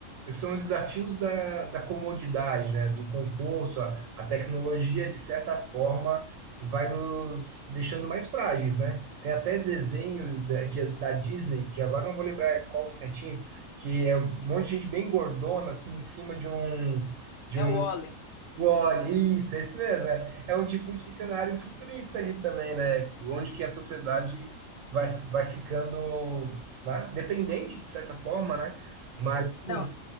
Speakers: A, on the right; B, on the left.
A: é são os desafios da, da comodidade, né? Do conforto. A, a tecnologia, de certa forma, vai nos deixando mais frágeis, né? Tem até desenho da, de- da Disney, que agora não vou lembrar qual certinho, que é um monte de gente bem gordona, assim, em cima de um. De
B: É
A: um
B: o Oli.
A: Olha, isso, é isso mesmo, né? É um tipo de cenário futurista ali também, né? Onde que a sociedade vai, vai ficando, né? Dependente, de certa forma, né? Mas, sim,
B: Não,